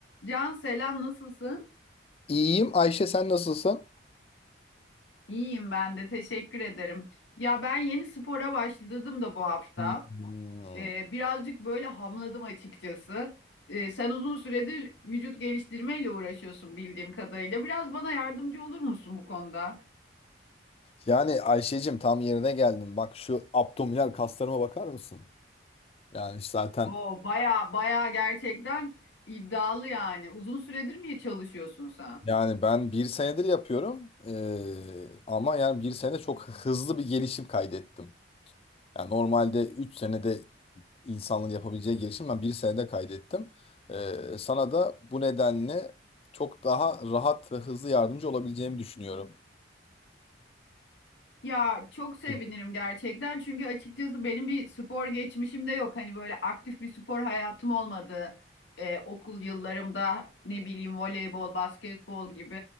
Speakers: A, on the left (about 75°); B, on the left (about 30°).
A: Can selam nasılsın?
B: İyiyim. Ayşe sen nasılsın?
A: İyiyim ben de teşekkür ederim. Ya ben yeni spora başladım da bu hafta.
B: Hmm.
A: Ee, birazcık böyle hamladım açıkçası. Ee, sen uzun süredir vücut geliştirmeyle uğraşıyorsun bildiğim kadarıyla. Biraz bana yardımcı olur musun bu konuda?
B: Yani Ayşe'cim tam yerine geldin. Bak şu abdominal kaslarıma bakar mısın? Yani zaten
A: Oo, baya baya gerçekten iddialı yani. Uzun süredir mi çalışıyorsun sen?
B: yani ben bir senedir yapıyorum. Ee, ama yani bir sene çok hızlı bir gelişim kaydettim. Yani normalde 3 senede insanların yapabileceği gelişim ben bir senede kaydettim. Ee, sana da bu nedenle çok daha rahat ve hızlı yardımcı olabileceğimi düşünüyorum.
A: Ya çok sevinirim
B: Evet.
A: gerçekten çünkü açıkçası benim bir spor geçmişim de yok. Hani böyle aktif bir spor hayatım olmadı. Ee, okul yıllarımda ne bileyim voleybol, basketbol gibi.